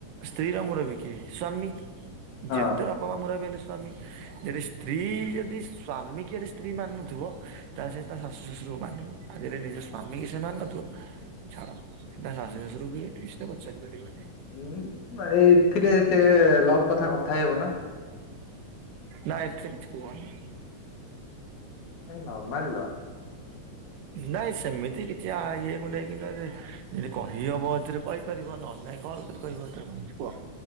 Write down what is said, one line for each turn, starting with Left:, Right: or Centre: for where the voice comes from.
Right: ସ୍ତ୍ରୀରାମର ବି କିଏ ସ୍ଵାମୀ।
Left: ହଁ
Right: ଯେତେ ବାପ ପ ମୁରବି ହେଲେ ସ୍ଵାମୀ ଯଦି ସ୍ତ୍ରୀ ଯଦି ସ୍ଵାମୀ କେରେସ ସ୍ତ୍ରୀ ମାନୁଥିବ ତାଲେ ସେ ତା ଶାଶୁ ଶ୍ୱଶୁରକୁ ମାନିବ ଆଜିରେ ନିଜ ସ୍ୱାମୀ କିସେ ମାନୁଥିବ ଛାଡ ଏଟା ଶାଶୁ ଶାଶୁରରୁ ବି କିଛତ ପଚାରି ପରିବନି।
Left: ଉଁ ଭାଇ ଏଥିରେ ସେ ଲଭ କଥା କଥା ହେଇବ ନା?
Right: ନା ଏଥିରେ କିଛି କୁହନି।
Left: ଏଇ ନର୍ମାଲ।
Right: ନାଇଁ ସେମିତି କିଛି ଇଏକୁ ନେଇକି <unintelligible> ଯଦି କହିହବ ଏଥିରେ କହିପାରିବ ନହେଲୋଇଁ କଲ୍ କରି କହିବ ଏଥୀରେ କଁଅଛି କୁହ।